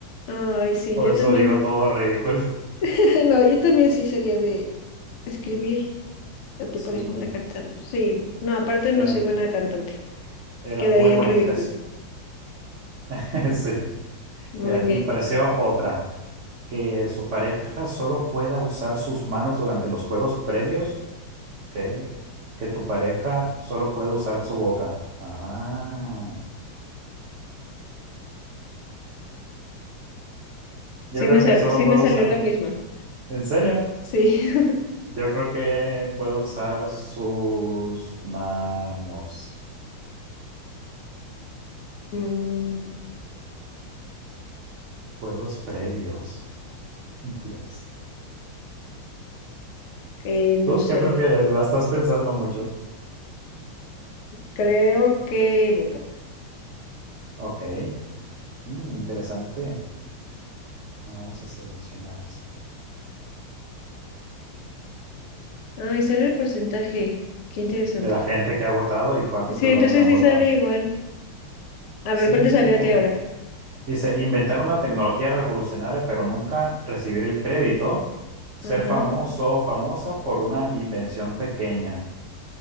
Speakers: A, on the left; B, on the right.
A: ay, sí,
B: Por
A: yo
B: eso
A: también.
B: digo todo ridículo.
A: <laughs> No, yo también sí sería de escribir a tu
B: Sí,
A: pareja una carta de amor. Sí, no, aparte
B: eran.
A: no soy buena cantante.
B: Eran
A: Quedaría
B: muy bonitas.
A: en ridículo.
B: <laughs> Sí.
A: Muy
B: Mira, aquí
A: bien.
B: me pareció otra, que su pareja solo pueda usar sus manos durante los juegos previos, ¿ok? Que tu pareja solo puede usar su boca. Ah, yo
A: Sí
B: creo
A: me sal-
B: que solo
A: sí
B: puedo
A: me salió
B: usar.
A: la misma.
B: ¿En serio?
A: Sí. <laughs>
B: Yo creo que puedo usar sus manos.
A: Mm,
B: Juegos previos. Dios.
A: eh, no
B: ¿Tú
A: sé.
B: qué prefieres? La estás pensando mucho.
A: Creo que Boca.
B: Ok. Mm, interesante. Vamos a seleccionar esto.
A: ah y sale el porcentaje. Qué interesante.
B: de la gente que ha votado y cuántas
A: Sí,
B: personas
A: entonces
B: han
A: sí
B: votado.
A: sale igual. A
B: Sí,
A: ver, ¿cuál te salió
B: claro.
A: a ti ahora?
B: Dice, inventar una tecnología revolucionaria, pero nunca recibir el crédito, ser
A: Ajá.
B: famoso o famosa por una invención pequeña.